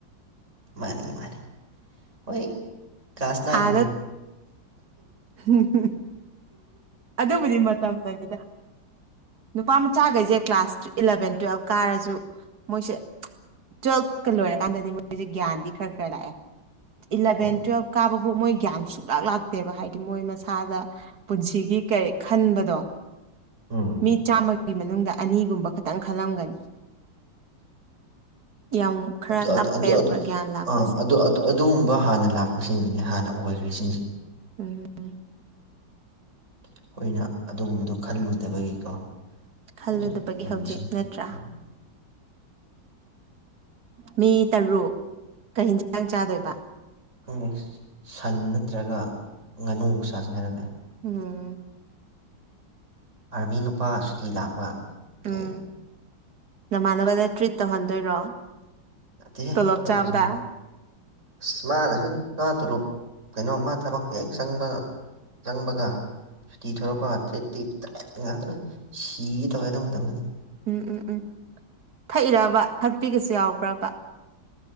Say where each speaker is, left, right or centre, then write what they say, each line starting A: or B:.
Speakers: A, on the right; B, on the right.
A: ꯃꯥꯅꯤ ꯃꯥꯅꯤ ꯍꯣꯏ ꯀ꯭ꯂꯥꯁ ꯅꯥꯢꯟ
B: ꯑꯥꯗ <unintelligible> ꯑꯗꯨꯕꯨꯗꯤ ꯃꯇꯝꯅꯅꯤꯗ ꯅꯨꯄꯥ ꯃꯆꯥꯒꯩꯁꯦ ꯀ꯭ꯂꯥꯁ ꯇꯨ ꯏꯂꯚꯦꯟ ꯇ꯭ꯋꯦꯜꯚ ꯀꯥꯔꯁꯨ ꯃꯣꯏꯁꯦ ꯇ꯭ꯋꯦꯜꯚꯀ ꯂꯣꯏꯔꯀꯥꯟꯗꯗꯤ ꯃꯣꯏꯖꯦ ꯒ꯭ꯌꯥꯟꯗꯤ ꯈꯔ ꯈꯔ ꯂꯥꯛꯑꯦ ꯏꯂꯚꯦꯟ
A: ꯎꯝ
B: ꯇꯨꯋꯦꯜꯕ ꯀꯥꯕꯕꯥꯎ ꯃꯣꯏ ꯒ꯭ꯌꯥꯟ ꯁꯨꯡꯂꯥꯛ ꯂꯥꯛꯇꯦꯕ ꯍꯥꯏꯗꯤ ꯃꯣꯏ ꯃꯁꯥꯗ ꯄꯨꯟꯁꯤꯒꯤ ꯀꯩ ꯈꯟꯕꯗꯣ
A: ꯎꯝ
B: ꯃꯤ ꯆꯥꯝꯃ ꯒꯤ ꯃꯅꯨꯡꯗ ꯑꯅꯤꯒꯨꯝꯕ ꯈꯇꯪ ꯈꯜꯂꯝꯒꯅꯤ ꯌꯥꯝ ꯈꯔ
A: ꯑꯗꯨ ꯑꯗꯨ
B: ꯇꯞꯄꯦꯕ
A: ꯑꯗꯨ ꯑꯗꯨ
B: ꯒ꯭ꯌꯥꯟ ꯂꯥꯛꯄꯁꯦ
A: ꯑꯥ ꯑꯗꯨ ꯑꯗꯨ ꯑꯗꯨꯒꯨꯝꯕ ꯍꯥꯟꯅ ꯂꯥꯛꯄꯁꯤꯡꯗꯨꯅꯤ ꯍꯥꯟꯅ ꯑꯣꯏꯈ꯭ꯔꯤ ꯁꯤꯡꯁꯦ
B: ꯎꯝ
A: ꯑꯩꯈꯣꯏꯅ ꯑꯗꯨꯒꯨꯝꯕꯗꯣ ꯈꯜꯂꯨꯗꯕꯒꯤꯀꯣ
B: ꯈꯜꯂꯨꯗꯕꯒꯤ
A: ꯍꯧꯖꯤꯛ ꯂꯝꯕꯤꯁꯤ
B: ꯍꯧꯖꯤꯛ ꯅꯠꯇ꯭ꯔꯥ
A: ꯎꯝ
B: ꯃꯤ ꯇꯔꯨꯛ ꯀꯩ ꯍꯤꯟꯖꯥꯡ ꯆꯥꯗꯣꯏꯕ
A: <unintelligible> ꯁꯟ ꯅꯠꯇ꯭ꯔꯒ ꯉꯥꯅꯨ ꯆꯥꯁꯦ ꯍꯥꯏꯔ ꯂꯩ
B: ꯎꯝ
A: ꯑꯥꯔꯃꯤ ꯅꯨꯄꯥ ꯁꯨꯇꯤ ꯂꯥꯛꯄ ꯑꯗꯒꯤ
B: ꯎꯝ ꯅꯃꯥꯟꯅꯕꯗ ꯇ꯭ꯔꯤꯠ ꯇꯧꯍꯟꯗꯣꯏꯔꯣ
A: ꯅꯠꯇꯦꯍꯦ
B: ꯇꯣꯂꯣꯞ
A: ꯍꯣꯏ
B: ꯆꯥꯕꯗ
A: ꯄꯩꯁꯥꯅꯤ ꯑꯁ ꯃꯥꯅꯁꯨ ꯃꯥ ꯇꯣꯂꯣꯞ ꯀꯩꯅꯣ ꯃꯥ ꯊꯕꯛ ꯍꯦꯛ ꯆꯪꯕꯒ ꯆꯪꯕꯒ ꯁꯨꯇꯤ ꯊꯣꯔꯛꯄ ꯇ꯭ꯔꯤꯠ ꯇꯤꯠ ꯗꯥꯢꯔꯦꯛ ꯉꯥꯛꯇꯅꯦ ꯁꯤꯒꯦ ꯇꯧꯋꯦ ꯑꯗꯨ ꯃꯇꯝꯗꯗꯤꯥ
B: ꯎꯝ ꯎꯝ ꯎꯝ ꯊꯛꯏꯔꯕ ꯊꯛꯄꯤꯒꯁꯨ ꯌꯥꯎ ꯕ꯭ꯔꯥꯄꯥ